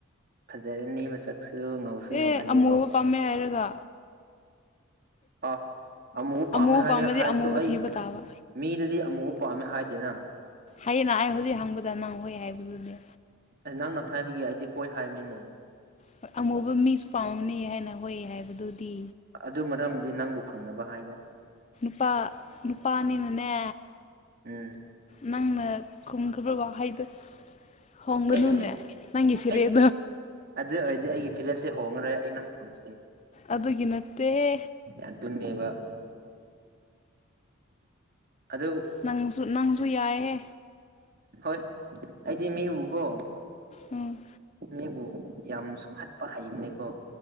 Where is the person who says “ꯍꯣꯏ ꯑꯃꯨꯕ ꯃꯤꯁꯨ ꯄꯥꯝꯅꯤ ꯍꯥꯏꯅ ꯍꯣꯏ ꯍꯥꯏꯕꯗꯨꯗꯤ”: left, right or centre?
Left